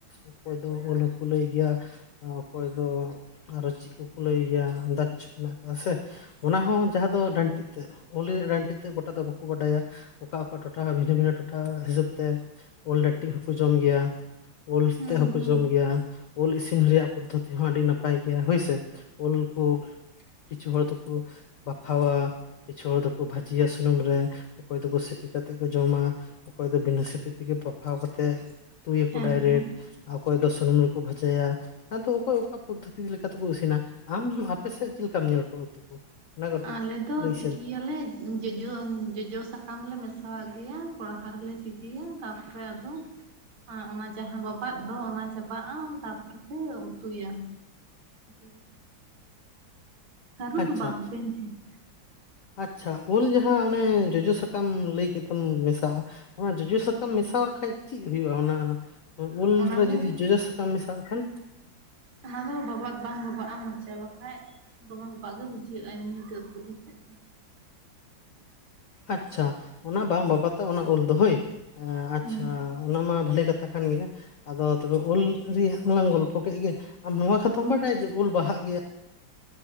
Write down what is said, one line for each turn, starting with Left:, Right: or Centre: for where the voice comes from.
Left: ᱚᱠᱚᱭ ᱫᱚ ᱚᱞᱚᱜ ᱞᱟᱹᱭ ᱜᱮᱭᱟ ᱚᱠᱚᱭ ᱫᱚ ᱟᱨᱦᱚᱸ ᱪᱮᱫ ᱠᱚᱠᱚ ᱞᱟᱹᱭ ᱜᱮᱭᱟ ᱟᱢᱫᱟ ᱠᱤᱪᱷᱩ ᱢᱮᱱᱟᱜ ᱠᱚᱜᱼᱟ ᱥᱮ ᱚᱱᱟ ᱦᱚᱸ ᱡᱟᱦᱟᱸ ᱫᱚ ᱰᱟᱹᱱᱴᱤᱫ ᱛᱮᱫ ᱩᱞ ᱰᱟᱹᱱᱴᱤ <unintelligible> ᱛᱮ ᱜᱚᱴᱟ ᱫᱚ ᱵᱟᱠᱚ ᱵᱟᱰᱟᱭᱟ ᱚᱠᱟ ᱚᱠᱟ ᱴᱚᱴᱷᱟ ᱵᱷᱤᱱᱟᱹ-ᱵᱷᱤᱱᱟᱹ ᱴᱚᱴᱷᱟ ᱦᱤᱥᱟᱹᱵ ᱛᱮ ᱩᱞ ᱞᱟᱹᱴᱤ ᱦᱚᱸᱠᱚ ᱡᱚᱢ ᱜᱮᱭᱟ ᱩᱞ
Right: ᱦᱩᱸ
Left: ᱛᱮᱜ ᱦᱚᱸᱠᱚ
Right: ᱦᱩᱸ
Left: ᱡᱚᱢ ᱜᱮᱭᱟ ᱩᱞ ᱤᱥᱤᱱ ᱨᱮᱭᱟᱜ ᱯᱚᱫᱽᱫᱷᱚᱛᱤ ᱦᱚᱸ ᱟᱹᱰᱤ ᱱᱟᱯᱟᱭ ᱜᱮᱭᱟ ᱦᱚᱭ ᱥᱮ ᱚᱞ ᱠᱚ ᱠᱤᱪᱷᱩ ᱦᱚᱲ ᱫᱚᱠᱚ ᱵᱟᱯᱷᱟᱣᱟ ᱠᱤᱪᱷᱩ ᱦᱚᱲ ᱫᱚᱠᱚ ᱵᱷᱟᱹᱡᱤᱭᱟ ᱥᱩᱱᱩᱢ ᱨᱮ ᱚᱠᱚᱭ ᱫᱚᱠᱚ ᱥᱤᱯᱤ ᱠᱟᱛᱮ ᱠᱚ ᱡᱚᱢᱟ ᱚᱠᱚᱭ ᱫᱚ ᱵᱤᱱᱟᱹ ᱥᱤᱯᱤ ᱛᱮᱜᱮ ᱵᱟᱯᱷᱟᱣ ᱠᱟᱛᱮᱫ ᱩᱛᱩᱭᱟᱠᱚ
Right: ᱦᱮᱸ
Left: ᱰᱟᱭᱨᱮᱠᱴ
Right: ᱦᱮᱸ
Left: ᱚᱠᱚᱭ ᱫᱚ ᱥᱩᱱᱩᱢ ᱨᱮᱠᱚ ᱵᱷᱟᱡᱟᱭᱟ ᱟᱫᱚ ᱚᱠᱚᱭ ᱚᱠᱟ ᱯᱚᱫᱽᱫᱷᱚᱛᱤ ᱞᱮᱠᱟᱛᱮᱠᱚ ᱤᱥᱤᱱᱟ ᱟᱢ ᱟᱯᱮ ᱥᱮᱫ ᱪᱮᱫ ᱞᱮᱠᱟᱢ ᱧᱮᱞ ᱠᱚᱣᱟ ᱩᱛᱩ ᱠᱚ ᱚᱱᱟ ᱠᱟᱹᱴᱤᱡ
Right: ᱟᱞᱮ ᱫᱚ
Left: ᱞᱟᱹᱭ
Right: ᱛᱤᱠᱤᱭᱟᱞᱮ
Left: ᱥᱮ
Right: ᱡᱚᱡᱚ ᱡᱚᱡᱚ ᱥᱟᱠᱟᱢ ᱞᱮ ᱢᱮᱥᱟᱣᱟᱜ ᱜᱮᱭᱟ ᱠᱚᱲᱦᱟ ᱨᱮᱞᱮ ᱥᱤᱯᱤᱭᱟ ᱛᱟᱨᱯᱚᱨᱮ ᱟᱫᱚ ᱚᱱᱟ ᱡᱟᱦᱟᱸ ᱵᱟᱵᱟᱫ ᱫᱚ ᱚᱱᱟ ᱪᱟᱵᱟᱜᱼᱟ ᱛᱟᱨᱯᱚᱨᱮ ᱞᱮ ᱩᱛᱩᱭᱟ <unintelligible> ᱥᱟᱹᱨᱩ
Left: ᱟᱪᱪᱷᱟ
Right: ᱫᱚ ᱵᱟᱝ ᱯᱮᱸᱰᱮ
Left: ᱟᱪᱪᱷᱟ ᱩᱞ ᱡᱟᱦᱟᱸ ᱚᱱᱮ ᱡᱚᱡᱚ ᱥᱟᱠᱟᱢ ᱞᱟᱹᱭ ᱠᱮᱫ ᱫᱚᱢ ᱢᱮᱥᱟᱜᱼᱟ ᱚᱱᱟ ᱡᱚᱡᱚ ᱥᱟᱠᱟᱢ ᱢᱮᱥᱟᱣᱟᱜ ᱠᱷᱟᱡ ᱪᱮᱫ ᱦᱩᱭᱩᱜᱼᱟ ᱚᱱᱟ ᱩᱞ
Right: ᱚᱱᱟ
Left: ᱨᱮ
Right: ᱫᱚ
Left: ᱡᱩᱫᱤ ᱡᱚᱡᱚ ᱥᱟᱠᱟᱢ ᱢᱮᱥᱟᱣᱟᱜ ᱠᱷᱟᱱ
Right: ᱚᱱᱟ ᱫᱚ ᱵᱟᱵᱟᱫ ᱵᱟᱝ ᱵᱟᱵᱟᱫ ᱟ ᱢᱚᱪᱟ ᱵᱟᱠᱷᱟᱡ ᱫᱚᱢᱮ ᱵᱟᱵᱟᱫ ᱜᱮ ᱵᱩᱡᱷᱟᱹᱜᱼᱟ ᱮᱢᱱᱤ ᱛᱮ ᱩᱛᱩ ᱞᱮᱠᱷᱟᱡ ᱫᱚ
Left: ᱟᱪᱪᱷᱟ ᱚᱱᱟ ᱵᱟᱝ ᱵᱟᱵᱟᱫ ᱟ ᱚᱱᱟ ᱩᱞ ᱫᱚ ᱦᱳᱭ ᱟᱪᱪᱷᱟ
Right: ᱦᱩᱸ
Left: ᱚᱱᱟ ᱢᱟ ᱵᱷᱟᱞᱮ ᱠᱟᱛᱷᱟ ᱠᱟᱱ ᱜᱮᱭᱟ ᱟᱫᱚ ᱛᱚᱵᱮ ᱩᱞ ᱨᱮᱭᱟᱜ ᱞᱟᱝ ᱜᱚᱞᱯᱚ ᱠᱮᱫ ᱜᱮ ᱟᱢ ᱱᱚᱣᱟ ᱠᱟᱛᱷᱟᱢ ᱵᱟᱰᱟᱭᱟ ᱡᱮ ᱩᱞ ᱵᱟᱦᱟᱜ ᱜᱮᱭᱟ